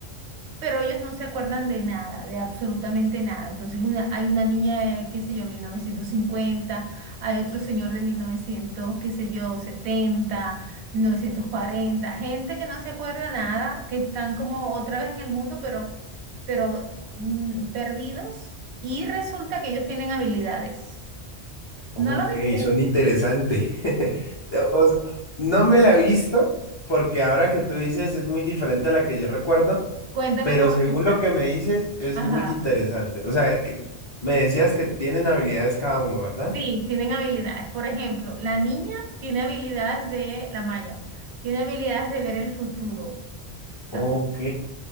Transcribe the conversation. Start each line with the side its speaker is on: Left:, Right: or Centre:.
Right: pero ellos no se acuerdan de nada, de absolutamente nada. Entonces una, hay una niña de, qué sé yo, 1950, hay otro señor de 1900, qué sé yo, 70, 1940, gente que no se acuerda nada, que están como otra vez en el mundo, pero, pero mm, perdidos y resulta que ellos tienen habilidades.
Left: Ok,
Right: ¿No lo viste?
Left: suena interesante. <laughs> O o sea, no me la he visto, porque ahora que tú dices es muy diferente a la que yo recuerdo,
Right: Cuéntame
Left: Pero
Right: cómo
Left: según
Right: es esa.
Left: lo que me dices, es
Right: Ajá.
Left: muy interesante. O sea, que me decías que tienen habilidades cada uno, ¿verdad?
Right: Sí, tienen habilidades. Por ejemplo, la niña tiene habilidades de la Maya, tiene habilidades de ver el futuro, ¿sabes?
Left: Ok.